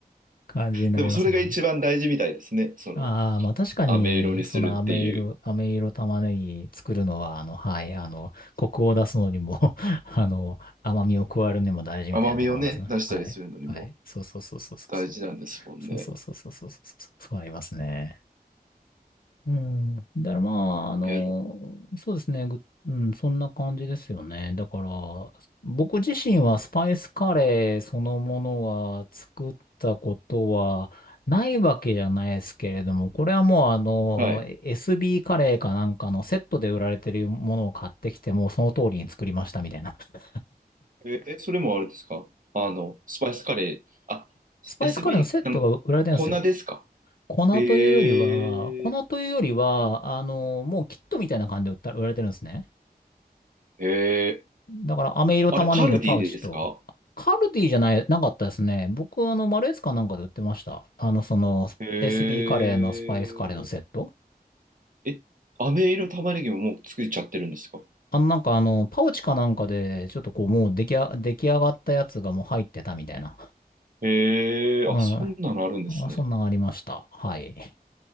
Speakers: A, on the left; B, on the right.
A: 感じになりますもんね。
B: でもそれが一番大事みたいですね。その
A: ああ、まあ確かに、
B: 飴色にするっていう。
A: その飴色、飴色玉ねぎ作るのは、あの、はい、あの、コクを出すのにも <laughs> あの、甘みを加えるにも大事みたいなところありますね。
B: 甘みをね、出したりするのにも
A: はい。はい。そうそうそうそうそう。
B: 大事なんですもんね。
A: そうそうそうそうそうそう。そうありますね。うん。だからまあ、あの、
B: いや、
A: そうですね。ぐうん、そんな感じですよね。だから、僕自身はスパイスカレーそのものは作ったことはないわけじゃないですけれども、これはもうあの、
B: はい
A: SB カレーかなんかのセットで売られてるものを買ってきて、もうその通りに作りましたみたいな。<laughs>
B: え、え、それもあれですかあの、スパイスカレー。あ、
A: スパイスカレーのセットが売られてるんですよ。
B: SB、あの、粉ですか
A: 粉というよりは、
B: ええ
A: 粉というよりは、あの、もうキットみたいな感じで売った売られてるんですね。
B: ー、えー、
A: だから飴色玉ねぎのパウチと、
B: あれ、カルディでですか
A: カルディじゃない、なかったですね。僕、あの、マルエツかなんかで売ってました。あの、その、
B: ええ
A: SB カレーのスパイスカレーのセット。
B: ー、え、飴色玉ねぎももう作っちゃってるんですか
A: あの、なんかあの、パウチかなんかで、ちょっとこう、もう出来あ、出来上がったやつがもう入ってたみたいな。
B: ええー、
A: うん。
B: あ、そんなのあるんですね。
A: あ、そんなんありました。はい。